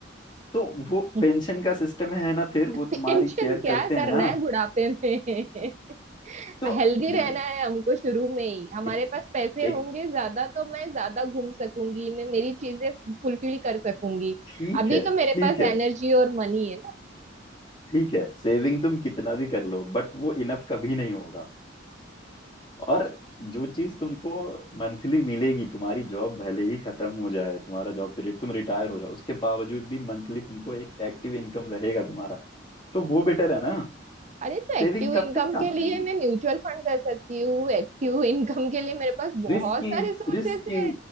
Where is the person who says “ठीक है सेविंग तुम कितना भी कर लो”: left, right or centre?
Left